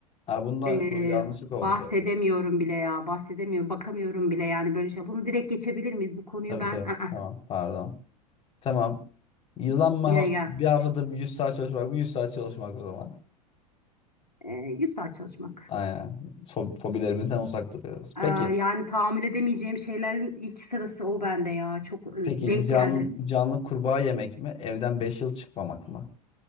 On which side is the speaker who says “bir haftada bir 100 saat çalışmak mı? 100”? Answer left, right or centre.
Left